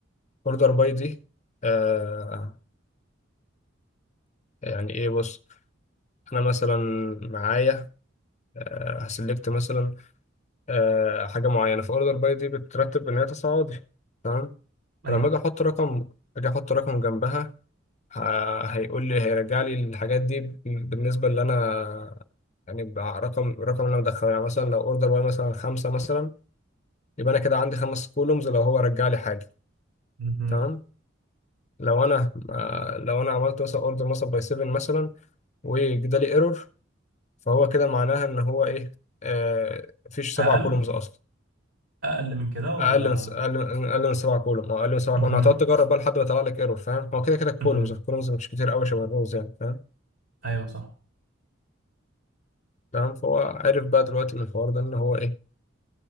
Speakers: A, on the left; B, on the right.
A: اوردر باي دي آه يعني ايه بص انا مثلا معايا آه هسلكت مثلا آه، حاجه معينه فاوردر باي دي بترتب ان هي تصاعدي تمام
B: ايوه
A: فلما اجي احط رقم اجي احط رقم جنبها ه- هيقول لي هيرجع لي الحاجات دي بالنسبه اللي انا يعني بع- رقم الرقم اللي انا مدخله يعني مثلا لو اوردر باي مثلا خمسه مثلا يبقى انا كده عندي خمس كولومز لو هو رجع لي حاجه
B: مهم.
A: تمام لو انا آه، لو انا عملت مثلا اوردر مثلا باي 7 مثلا وجدالي ايرور فهو كده معناها ان هو ايه آه، مفيش
B: اقل
A: سبع كولومز اصلا
B: اقل من كده ولا
A: اقل من س- اقل اقل من 7 كولوم اه اقل من 7
B: مهم.
A: كولوم هتقعد تجرب بقى لحد ما يطلع لك ايرور فاهم هو كده كده الكولومز
B: مهم.
A: الكولومز مش كتير قوي شبه الروز يعني فاهم
B: ايوه صح
A: تمام فهو عرف بقى دلوقتي من الحوار ده ان هو ايه